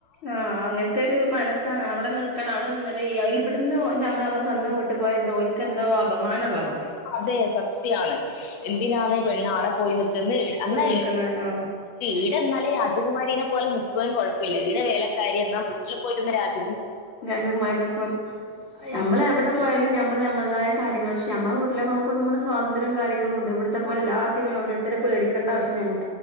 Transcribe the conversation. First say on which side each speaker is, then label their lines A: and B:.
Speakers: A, on the left; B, on the left.
A: ആ അങ്ങനത്തെ ഒരു മനസ്സാണ് അവിടെ നിക്കണം അവിടെ നിന്ന് വയ്യ ഇവിടുന്ന് നമ്മ നമ്മെ സ്വന്തം വിട്ട് പോയ എന്തഓലക്ക എന്തോ ള്ള പോലെ
B: അതെ സത്യാണ് എന്തിനാണ് പെണ്ണ് ആടെ പോയി നിക്കന്ന് എന്നാൽ
A: പോയി നിക്കണ് ആഹ്
B: ഈടെ എന്നാല് രാജകുമാരീനെ പോലെ നി പും കുഴപ്പമില്ല ഇവിടെ വേലക്കാരി എന്നാ വീട്ടിൽ പോയിരുന്ന രാജ
A: രാജകുമാരിനെ പോലെ നമ്മളെവിടെ പോയാലും ഞമ്മൾ ഞമ്മള്തായ കാര്യങ്ങൾ പക്ഷെ മ്മെ വീട്ടില് നമുക്ക് ഒന്നുംകൂടെ സ്വാതന്ത്ര്യവും കാര്യങ്ങളും ഉണ്ട് ഇവിടുത്തെപ്പോല എല്ലാത്തിനും ഓരോരുത്തരെ പേടിക്കേണ്ട ആവശ്യം നമുക്ക്